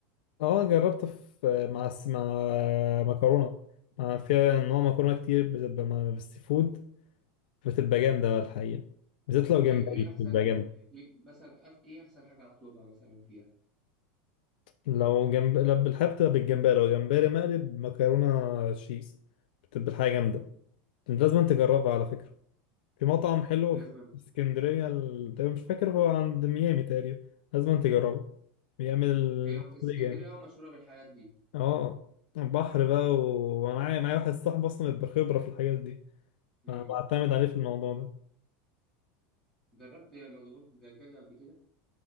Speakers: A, on the left; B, in the centre.
A: اه جربته في مع الس- مع مكرونه مع فيها نوع مكرونه كتير بتبقى مع بالسي فود بتبقى جامده الحقيقه بالذات لو جمبري
B: ايه ايه
A: بتبقى
B: احسن
A: جامده
B: إيه مثلا أك- ايه احسن حاجه اطلبها مثلا فيها
A: لو جنب لو بالحب بتبقى بالجمبري لو جمبري مقلب مكرونه تشيز بتبقى الحاجه جامده
B: مم.
A: لازم تجربها على فكره في مطعم حلو
B: لازما
A: في اسكندريه ال- تقريبا مش فاكر هو عند ميامي تقريبا لازم تجربه بيعمل الوصفة
B: هي اسكندريه
A: دي جامد
B: اه مشهوره بالحاجات دي
A: اه بحر بقى ومعايا معايا واحد صاحبي اصلا بخبره في الحاجات دي
B: امم
A: أنا بعتمد عليه في الموضوع ده
B: جربت مضغوط دجاج قبل كده